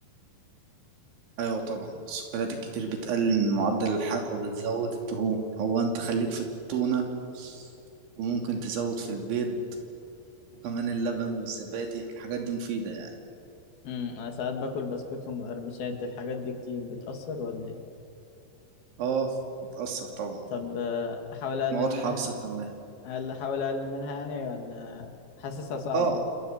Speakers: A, on the right; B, on the left.
A: أيوة طبعا السكريات الكتير بتقلل من معدل الحرق وبتزود الدهون هو أنت خليك في التونة وممكن تزود في البيض وكمان اللبن والزبادي الحاجات دي مفيدة يعني
B: امم انا ساعات باكل بسكوت ومقرمشات الحاجات دي كتير بتأثر ولا ايه
A: اه بتأثر طبعا
B: طب آه، احاول اقلل
A: مواد
B: منها
A: حافظة كمان
B: هل احاول اقلل منها يعني ولا حاسسها صعب
A: اه